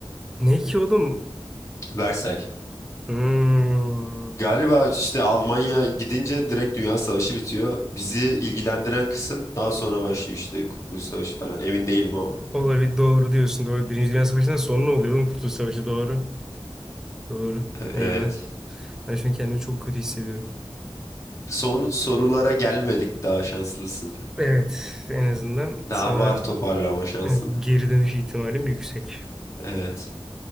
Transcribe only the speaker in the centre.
Ne ki oğlum?
Hmm.
Olabilir doğru diyorsun. Doğru. Birinci Dünya Savaşı'ndan sonra oluyor oğlum Kurtuluş Savaşı doğru. Doğru. Eyvah.
Ben şu an kendimi çok kötü hissediyorum.
Evet en azından sana
e, geri dönüş ihtimalim yüksek.